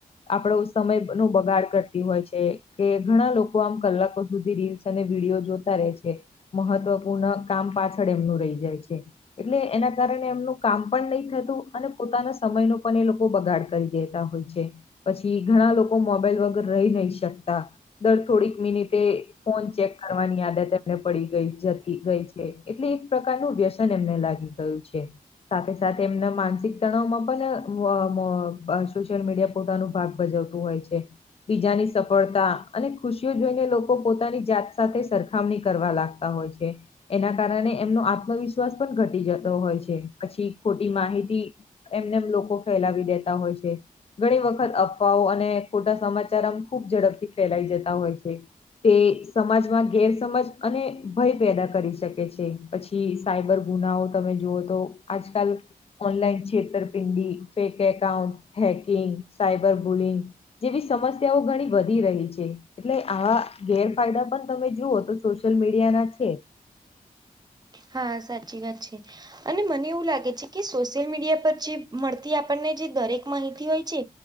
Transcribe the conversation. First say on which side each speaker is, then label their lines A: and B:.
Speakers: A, on the left; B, on the right.
A: આપણો સમય નું બગાડ કરતી હોય છે કે ઘણા લોકો આમ કલાકો સુધી રીલ્સ અને વિડીયો જોતા રહે છે મહત્વપૂર્ણ કામ પાછળ એમનું રહી જાય છે એટલે એના કારણે એમનું કામ પણ નહી થતું અને પોતાના સ સમયનું પણ એ લોકો બગાડ કરી દેતા હોય છે પછી ઘણા લોકો મોબાઈલ વગર રહી નહી શકતા દર થોડીક મિનિટે ફોન ચેક કરવાની આદત એમને પડી ગઈ જતી ગઈ છે એટલે એક પ્રકારનું વ્યસન એમને લાગી ગયું છે સાથે સાથે એમના માનસિક તણાવમાં અને વ મ અ સોશિયલ મીડિયા પોતાનું ભાગ ભજવતું હોય છે બીજાની સફળતા અને ખુશીઓ જોઈને લોકો પોતાની જાત સાથે સરખામણી કરવા લાગતા હોય છે એ એના કારણે એમનો આત્મવિશ્વાસ પણ ઘટી જતો હોય છે પછી ખોટી માહિતી એમને એમ લોકો ફેલાવી દેતા હોય છે ઘણી વખત અફવાઓ અને ખોટા સમાચાર આમ ખુબ ઝડપથી ફેલાઈ જતા હોય છે તે સમાજમાં ગેરસમજ અને ભય પેદા કરી શકે છે પછી સાયબર ગુનાઓ તમે જોઓ તો આજકાલ ઓનલાઈન છેત તરપિંડી fake account hacking cyber bullying જેવી સમસ્યાઓ ઘણી વધી રહી છે એટલે આવા ગેરફાયદા પણ તમે જુઓ તો સોશિયલ મીડિયાના છે
B: હા સાચી વાત છે અને મને એવું લાગે છે કે સોશિયલ મીડિયા પર જે મળતી આપણને જે દરેક માહિતી હોય છે